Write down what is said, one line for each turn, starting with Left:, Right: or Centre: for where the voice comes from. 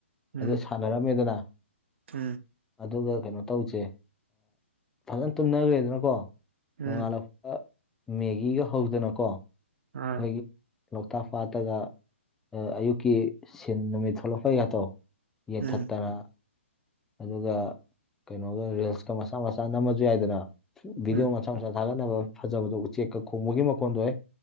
Right: ꯎꯝ
Centre: ꯑꯗꯨ ꯁꯥꯟꯅꯔꯝꯃꯦꯗꯅ
Right: ꯎꯝ
Centre: ꯑꯗꯨꯒ ꯀꯩꯅꯣ ꯇꯧꯁꯦ ꯐꯖꯅ ꯇꯨꯝꯅꯈ꯭ꯔꯦꯗꯅꯀꯣ
Right: ꯎꯝ
Centre: ꯅꯣꯡꯉꯥꯜꯂ ꯃꯦꯒꯤꯒ ꯍꯧꯗꯅꯀꯣ ꯑꯩꯈꯣꯏꯒꯤ
Right: ꯍꯣꯏ
Centre: ꯂꯣꯛꯇꯥꯛ ꯄꯥꯠ ꯇꯒ ꯑꯌꯨꯛꯀꯤ ꯁꯤꯟ ꯅꯨꯃꯤꯠ ꯊꯣꯛꯂꯛꯄꯩꯒꯇꯣ ꯌꯦꯡꯊꯠꯇꯅ
Right: ꯎꯝ
Centre: ꯑꯗꯨꯒ ꯀꯩꯅꯣꯒ ꯔꯤꯜꯁꯀ ꯃꯆꯥ ꯃꯆꯥ ꯅꯝꯃꯖꯨ ꯌꯥꯏꯗꯅ ꯚꯗꯤꯑꯣ
Right: ꯎꯝ
Centre: ꯃꯆꯥ <unintelligible> ꯃꯁꯥ ꯊꯥꯒꯠꯅꯕ ꯐꯖꯕꯗꯣ ꯎꯆꯦꯛꯀ ꯈꯣꯡꯕꯒꯤ ꯃꯈꯣꯟꯗꯣ ꯍꯦ